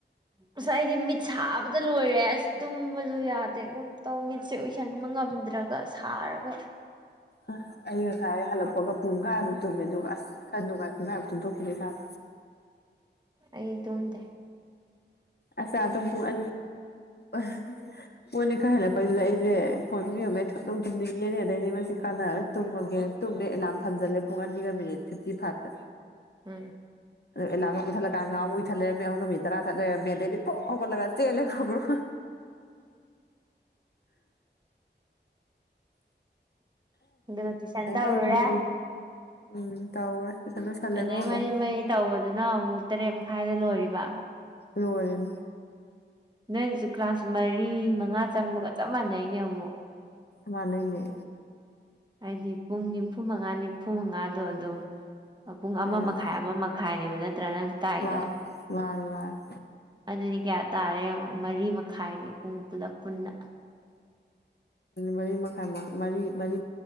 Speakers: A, on the right; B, on the left.
A: ꯉꯁ ꯍꯥꯏꯗꯤ ꯃꯤꯠ ꯁꯥꯕꯗ ꯂꯣꯏꯔꯦ ꯑꯁ ꯇꯨꯝꯕꯁꯨ ꯌꯥꯗꯦꯒꯨꯝ ꯇꯧ ꯃꯤꯠꯁꯦ ꯎ ꯇꯩꯁꯟꯕ ꯉꯝꯗ꯭ꯔꯒ ꯁꯥꯔꯒ
B: ꯑ ꯑꯩ ꯉꯁꯥꯏ ꯍꯜꯂꯛꯄꯒ ꯄꯨꯡ ꯀꯥꯏꯃꯨꯛ ꯇꯨꯝꯃꯦ ꯑꯗꯨꯒ ꯑꯁ ꯈꯔ ꯅꯨꯡꯉꯥꯏ ꯄꯨꯡꯈꯥꯏꯃꯨꯛ ꯇꯨꯝꯊꯣꯛꯈꯤꯗꯦꯦ ꯁꯥꯥꯛ
A: ꯑꯩ ꯑꯗꯨꯝꯗꯦ
B: ꯑꯁ ꯑꯗ ꯑ ꯑ ꯃꯣꯏꯅꯤ ꯀꯥꯏ ꯍꯥꯏꯦꯂ ꯄ ꯂꯩꯏꯁꯦ ꯐꯣꯟ ꯊ ꯊꯨꯝꯅꯤꯡꯉꯦꯅꯦ ꯑꯗꯩꯗꯤ ꯃꯁꯤ ꯀꯥꯟꯅꯔꯣꯏ ꯇꯨꯝꯃꯒꯦ ꯇꯨꯝꯃꯦ ꯑꯦꯂꯥꯔꯝ ꯊꯝꯖꯜꯂꯦ ꯄꯨꯡ ꯑꯅꯤꯒ ꯃꯤꯅꯤꯠ ꯐꯤꯞꯇꯤ ꯐꯥꯏꯚꯁꯦ
A: ꯎꯝ
B: ꯑꯗꯨꯂꯥꯗꯠꯊꯠꯂꯀꯥꯟꯒ ꯑꯃꯨꯛꯏꯊꯠꯂꯦ ꯑꯍꯨꯝ ꯅꯨꯠ ꯇꯔꯥ ꯆꯠꯂꯔꯦ ꯗꯤ ꯐ ꯍꯧꯕꯂ ꯆꯦꯂ ꯈꯣꯡꯈ꯭ꯔꯣ
A: ꯑꯗꯨꯒ ꯇꯨꯏꯁꯟ
B: ꯃ
A: ꯇꯧꯔꯨꯔꯦ
B: ꯃꯔꯤ ꯃ ꯎꯝ ꯇꯧꯔꯦ ꯇꯨꯏꯁꯟ ꯂꯣꯏꯁꯜꯂꯦ
A: ꯑꯗꯩ
B: ꯃꯔꯣꯟ
A: ꯃꯔꯤ
B: ꯑꯍꯨꯝ
A: ꯃꯔꯤ ꯇꯧꯕꯗꯨꯅ ꯑꯃꯨꯛ ꯇꯔꯦꯠ ꯃꯈꯥꯏꯗ ꯂꯣꯏꯔꯤꯕ
B: ꯍꯦꯟ
A: ꯅꯣꯏꯁꯨ ꯀ꯭ꯂꯥꯁ ꯃꯔꯤ ꯃꯉꯥ ꯆꯪꯕꯒ ꯆꯞ ꯃꯥꯟꯅꯩꯅꯦ ꯑꯃꯨꯛ
B: ꯃꯥ ꯂꯩꯅꯦ
A: ꯍꯥꯏꯗꯤ ꯄꯨꯡ ꯅꯤꯝꯐꯨ ꯃꯉꯥ ꯅꯤꯐꯨ ꯃꯉꯥꯗꯣ ꯑꯗꯨꯝ ꯄꯨꯡ ꯑꯃ
B: ꯎꯝ
A: ꯃꯈꯥꯏ ꯑꯃ ꯃꯈꯥꯏꯅꯦꯕ ꯅꯠꯇ꯭ꯔꯥ ꯅꯪ ꯇꯥꯏꯗꯣ
B: ꯃꯥꯅꯤ ꯃꯥꯅꯤ ꯃꯥꯅꯤ
A: ꯑꯗꯨꯗꯤ ꯀꯌꯥ ꯇꯥꯔꯦ ꯌꯦ ꯃꯔꯤ ꯃꯈꯥꯏꯅꯦ ꯄꯨꯡ ꯄꯨꯂꯞ ꯄꯨꯟꯅ
B: ꯃꯔꯤ ꯃꯈꯥꯏ ꯃꯔꯤ ꯃꯔꯤ